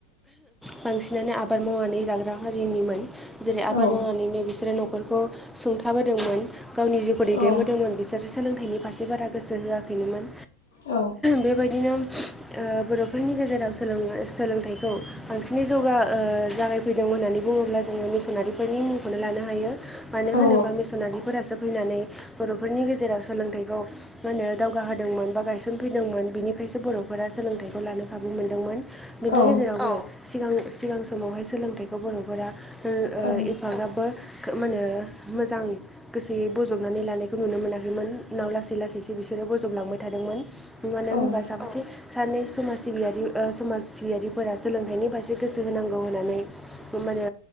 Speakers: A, in the centre; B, on the left.
A: बांसिनानो आबाद मावनानै जाग्रा हारिनिमोन जेरै आबाद
B: औ
A: मावनानैनो बिसोरो न'ख नखरखौ सुंथाबोदोंमोन गावनि जिउखौ दैदेनबोदोंमोन
B: औ
A: बिसोर सोलोंथाइनि फारसे बारा गोसो होआखैनोमोन
B: औ
A: बेबायदिनो बर'फोरनि गेजेराव सोलोंनो सोलों थायखौ बांसिनै जौगा जागायफैदों होननानै बुङोब्ला जोङो मिसनारिफोरनि मुंखौनो लानो हायो मानो होनोबा
B: औ
A: मिसनारिफोरासो फैनानै बर'फोरनि गेजेराव सोलोंथाइखौ होनो दावगाहोदोंमोन बा गायसनफैदोंमोन बिनि खाइसो बर'फोरा सोलोंथाइखौ लानो खाबु मोनदोंमोन बिनि
B: औ
A: गेजेराव औ सिगां सिगां समावहाय सोलोंथाइखौ बर'फोरा ओ
B: औ
A: एफाग्राबो खोब मा होनो मोजां गोसोयै बजबनानै लानायखौ नुनो मोनाखैमोन उनाव लासै लासैसो बिसोरो बजबलांबाय थादोंमोन मानो
B: औ
A: होनबा साबासे सानै समाज सिबियारि ओ समाज बायदिफोरा सोलोंथाइनि फारसे गोसो होनांगौ होननानै मानो